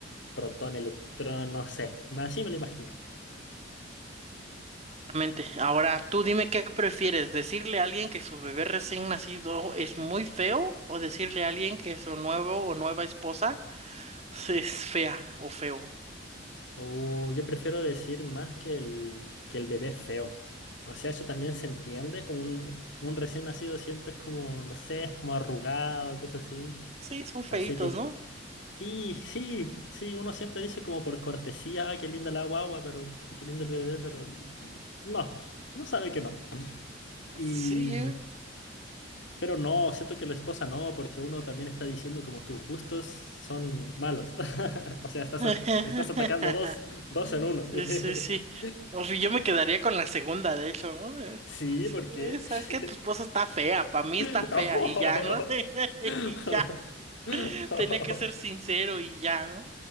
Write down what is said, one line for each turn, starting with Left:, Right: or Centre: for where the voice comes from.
Left: protón, electrón, no sé. Más Así me lo imagino.
Right: Exactamente. Ahora, tú dime qué prefieres, decirle a alguien que su bebé recién nacido es muy feo o decirle a alguien que su nuevo o nueva esposa <laughs> es fea o feo.
Left: O yo prefiero decir más que el, que el bebé feo. O sea, eso también se entiende, como un, un recién nacido siempre es como, no sé, es como arrugado, cosas así.
Right: Sí, son feitos,
Left: Así que
Right: ¿no?
Left: Sí, sí, sí, uno siempre dice como por cortesía, ah, qué linda la guagua, pero, o qué lindo el bebé, pero n- no, uno sabe que no. Y,
Right: Sí, ¿eh?
Left: pero no, siento que la esposa no, porque uno también está diciendo como tus gustos son malos. <laughs> O sea, estás,
Right: <laughs>
Left: a- estás atacando dos, dos en uno.
Right: Sí, sí, sí.
Left: <laughs>
Right: O sea, yo me quedaría con la segunda, de hecho, ¿no? Eh,
Left: Sí,
Right: Pues sí,
Left: ¿por
Right: eh,
Left: qué?
Right: sabes
Left: <laughs>
Right: que tu esposa está fea, para mí
Left: Oh.
Right: está fea y ya, ¿no? <laughs>
Left: <laughs>
Right: Y ya, tenía que ser sincero y ya, ¿no?